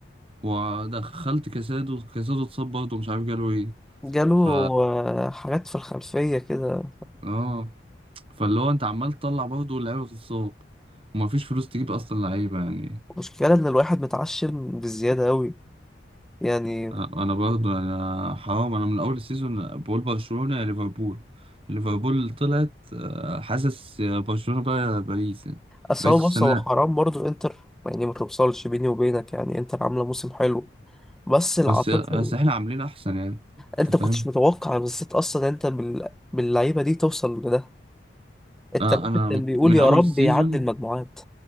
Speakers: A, on the right; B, in the centre.
A: ودخلت كاسادو كاسادو اتصاب برضه مش عارف جاله ايه
B: جاله
A: ف
B: آه، حاجات في الخلفية كده
A: اه فاللي هو انت عمال تطلع برضه اللعيبه بتتصاب ومفيش فلوس تجيب اصلا لعيبه يعني
B: مشكلة إن الواحد متعشم بزيادة أوي يعني
A: انا برضه انا حرام انا من اول السيزون بقول برشلونه يا ليفربول ليفربول طلعت آه، حاسس يا برشلونه بقى يا باريس يعني
B: أصل
A: باريس
B: هو
A: السنه
B: بص هو حرام برضه إنتر يعني ما توصلش بيني وبينك يعني إنتر عاملة موسم حلو بس العاطفة
A: بس بس
B: ال-
A: احنا عاملين احسن يعني انت
B: أنت كنتش
A: فاهم
B: متوقع بالذات أصلا أنت بال... باللعيبة دي توصل لده أنت
A: آه،
B: الواحد
A: انا
B: كان بيقول
A: من
B: يا
A: اول
B: رب
A: السيزون
B: يعدي المجموعات